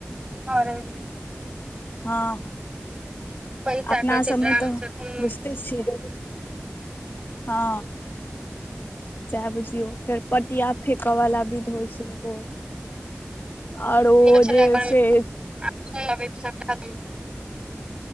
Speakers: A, on the right (about 20°); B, on the left (about 55°).
A: हरैद।
B: हँ।
A: पैसा
B: अपना
A: कहै छै
B: सभमे
A: ड्राम
B: तऽ
A: से ढूनू
B: बुझिते छियै हँ। सएह बुझियौ फेर पटिया फेकऽ वाला विध होइ छै ओ। और ओ
A: गेल छलै
B: जे
A: घर
B: छै।
A: <inaudible>